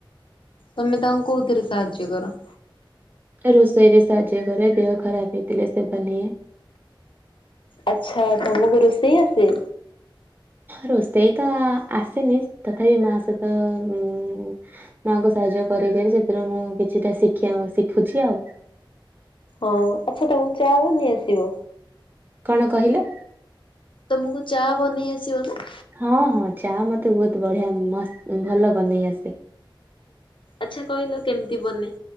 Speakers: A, on the left (about 70°); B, on the right (about 25°).
A: ତମେ ତାଙ୍କୁ କୋଉଥିରେ ସାହାଯ୍ୟ କର?
B: ରୋଷେଇରେ ସାହାଯ୍ୟ କରେ ଦେହ ଖରାପ ହେଇଥିଲେ ସେବା ନିଏ।
A: ଆଚ୍ଛା ତମକୁ ରୋଷେଇ ଆସେ?
B: ରୋଷେଇ ତ ଆସେନି ତଥାପି ମା ସହିତ ମାଙ୍କୁ ସାହାଯ୍ୟ କରିକରି ସେଥିରୁ ମୁଁ କିଛିଟା ଶ ଶିଖୁଛି ଆଉ
A: ଓ ଆଚ୍ଛା ତମକୁ ଚା ବନେଇ ଆସିବ?
B: କଣ କହିଲ?
A: ତମକୁ ଚା ବନେଇ ଆସିବ ନା?
B: ହଁ ହଁ ଚା ମତେ ବହୁତ ବଢିଆ ମସ୍ତ୍ ଭଲ ବନେଇ ଆସେ।
A: ଆଚ୍ଛା କହିଲ କେମିତି ବନେ?